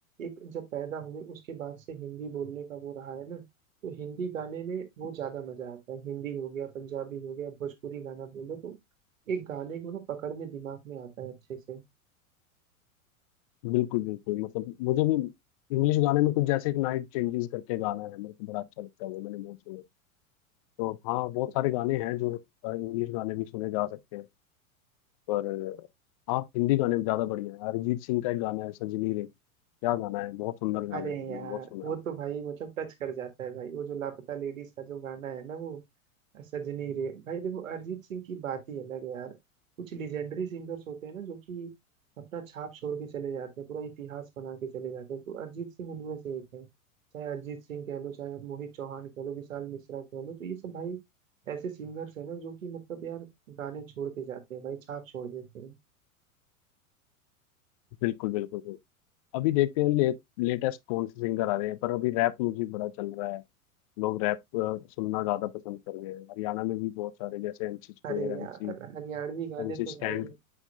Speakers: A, on the right; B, on the left.
A: एक जब पैदा हुए उसके बाद से हिंदी बोलने का वो रहा है ना तो हिंदी गाने में वो ज्यादा मजा आता है हिंदी हो गया पंजाबी हो गया भोजपुरी गाना बोल दो तो एक गाने को ना पकड़ में दिमाग में आता है अच्छे से
B: बिल्कुल बिल्कुल मतलब मुझे भी इंग्लिश गाने में कुछ जैसे एक नाइट चेंजेस करके गाना है मेरे को बड़ा अच्छा लगता है वो मैंने बहुत सुने तो हाँ बहुत सारे गाने हैं जो अ, इंग्लिश गाने भी सुने जा सकते हैं पर अ, हाँ हिंदी गाने भी ज्यादा बढ़िया है अरिजीत सिंह का एक गाना है सजनी रे क्या गाना है बहुत सुंदर गाना
A: अरे
B: है
A: यार
B: मैंने बहुत सुना
A: वो
B: है
A: तो भाई मतलब टच कर जाता है भाई वो जो लापता लेडीज का जो गाना है ना वो सजनी रे भाई देखो अरिजीत सिंह की बात ही अलग है यार कुछ लेजेंडरी सिंगर्स होते हैं ना जो कि अपना छाप छोड़ के चले जाते हैं पूरा इतिहास बना के चले जाते हैं तो अरिजीत सिंह उनमें से एक है चाहे अरिजीत सिंह कह लो चाहे मोहित चौहान कह लो विशाल मिश्रा कह लो तो ये सब भाई ऐसे सिंगर्स है ना जो कि मतलब यार गाने छोड़ के जाते हैं भाई छाप छोड़ देते हैं
B: बिल्कुल बिल्कुल बिल्कुल। अभी देखते हैं ले, लेटेस्ट कौन से सिंगर आ रहे हैं पर अभी रैप म्यूजिक बड़ा चल रहा है लोग रैप सुनना ज्यादा पसंद कर रहे हैं हरियाणा में भी बहुत सारे जैसे MC square
A: अरे यार
B: MC
A: हरियाणवी गाने
B: MC
A: तो भाई
B: Stan